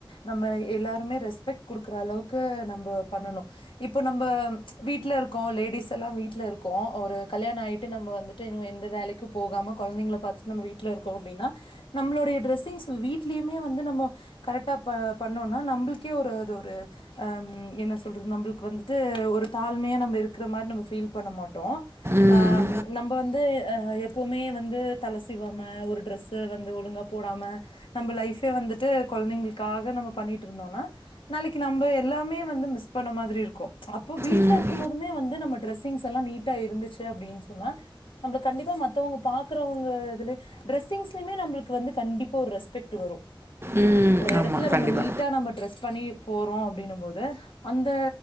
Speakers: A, on the left (about 75°); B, on the right (about 30°).
A: நம்ம எல்லாருமே ரெஸ்பெக்ட் குடுக்குற அளவுக்கு நம்போ பண்ணணு இப்போ நம்ம வீட்ல இருக்கோ லேடிஸ் எல்லா வீட்டுல இருக்கோ ஒரு கல்யாணோ ஆயிட்டு நம்ம வந்து <unintelligible> எந்த வேலைக்கு போகாம கொழந்தைங்கள பாத்துட் நம்ம வீட்ல இருக்கோ அப்டின்னா நம்லோடைய டிரெஸ்ஸிங்ஸ் வீட்லயுமே வந்து நம்ம கரெக்டா ப பண்ணோன்னா நம்புளுக்கே ஒரு அது ஒரு ஆ ம் என்ன சொல்றது நம்புளுக்கு வந்துட்டு ஒரு தாழ்மையா நம்ம இருக்கற மாரி நம்ம ஃபீல் பண்ண மாட்டோ
B: ம்.
A: ஆ நம்ப வந்து அ எப் எப்வுமே வந்து தல சீவாம ஒரு டிரெஸ்ஸ வந்து ஒழுங்கா போடாம நம்ம லைஃபே வந்துட்டு கொழந்தைங்களுக்காக நாம பண்ணிட்ருந்தோனா நாளைக்கு நம்ப எல்லாமே வந்து மிஸ் பண்ண மாதிரி இருக்கு அப் இப்போ வீட்ல
B: ம்.
A: இருக்கு போதுமே வந்து நம்ம டிரெஸிங்ஸ் எல்லா நீட்டா இருந்துச்சு அப்டின் சொன்னா நம்மள கண்டிப்பா மத் மத்தவங்க பாக்குறவங்க இதுலே டிரெஸ்ஸிங்ஸ்லயுமே நம்புளுக்கு வந்து கண்டிப்பா ஒரு ரெஸ்பெக்ட்டு வரு
B: ம்.
A: ஒரு எடத்துல
B: ஆமா.
A: நம்ம
B: கண்டிப்பா.
A: நீட்டா நம்ம டிரெஸ் பண்ணி போறோ அப்டினும் போது அந்த